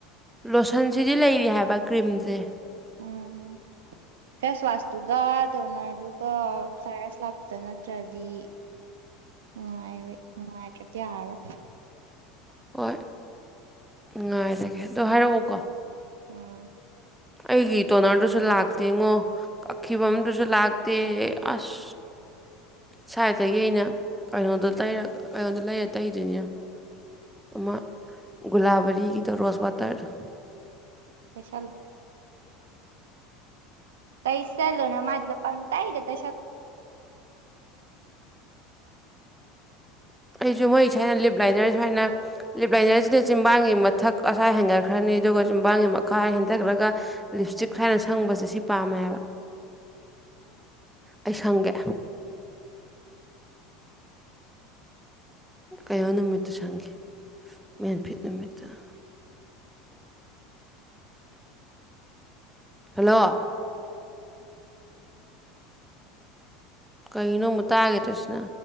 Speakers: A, in the centre; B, on the right (about 80°).
A: ꯂꯣꯁꯟꯁꯤꯗꯤ ꯂꯩꯔꯤ ꯍꯥꯏꯕ ꯀ꯭ꯔꯤꯝꯁꯦ
B: ꯎꯝ ꯐꯦꯁ ꯋꯥꯁꯇꯨꯒ ꯗꯣꯅꯔꯗꯨꯒ ꯐꯥꯏꯔꯁ ꯂꯥꯛꯄꯗ ꯅꯠꯇ꯭ꯔꯗꯤ
A: <inaudible>
B: ꯉꯉꯥꯏꯕ ꯅꯨꯡꯉꯥꯏꯇ꯭ꯔꯗꯤ ꯌꯥꯔꯣ
A: ꯍꯣꯏ ꯉꯉꯥꯏꯖꯒꯦ ꯑꯗ ꯍꯥꯏꯔꯛꯑꯣꯀꯣ
B: ꯑꯝ
A: ꯑꯩꯒꯤ ꯇꯣꯅꯔꯗꯨꯁꯨ ꯂꯥꯛꯇꯦꯉꯣ ꯑꯀꯤꯤ ꯄꯃꯤ ꯇꯁ ꯂꯥꯛꯒꯇꯩ ꯑꯁ ꯁꯥꯏꯠꯇꯒꯤ ꯑꯩꯅ ꯀꯩꯅꯣꯗꯔ ꯀꯩꯅꯣꯗ ꯂꯩꯔ ꯇꯩꯗꯣꯏꯅꯦ ꯑꯃ ꯒꯨꯂꯥꯕꯔꯤꯒꯤꯗ ꯔꯣꯁ ꯋꯥꯇꯔ
B: ꯏꯁꯄꯦꯁꯦꯜ ꯀꯩꯁ ꯆꯠꯂꯣ ꯅ ꯃꯥꯖꯤꯦꯗ ꯄꯪ ꯇ ꯍꯥꯏꯗ ꯇꯁꯥ
A: <inaudible> ꯑꯩꯁꯨ ꯃꯣꯏ ꯁꯥꯏꯅ ꯂꯤꯞ ꯂꯥꯏꯅꯔ ꯁꯨꯃꯥꯏꯅ ꯂꯤꯞ ꯂꯥꯏꯅꯔꯁꯤꯗ ꯆꯤꯕꯥꯡꯒꯤ ꯃꯊꯛ ꯑꯁꯋꯥ ꯍꯦꯟꯒꯠꯈ꯭ꯔꯅꯤ ꯑꯗꯨꯒ ꯀꯣ ꯌꯨꯝꯕꯥꯡꯒꯤ ꯃꯈꯥ ꯍꯦꯟꯊꯈ꯭ꯔꯒ ꯂꯤꯞꯁꯇꯤꯛ ꯈꯥꯏꯅ ꯁꯪꯕꯁꯦ ꯁꯤ ꯄꯥꯝꯃꯦ ꯍꯥꯏꯕ ꯑꯩꯁꯪꯒꯦ ꯀꯩꯅꯣ ꯅꯨꯃꯤꯠꯇ ꯁꯪꯈꯤ ꯃꯦꯟꯐꯤꯠ ꯅꯨꯃꯤꯠꯇ ꯑꯝ ꯍꯜꯂꯣ ꯀꯩꯅꯣ ꯃꯨ ꯇꯥꯒꯦ ꯇꯁꯤꯅ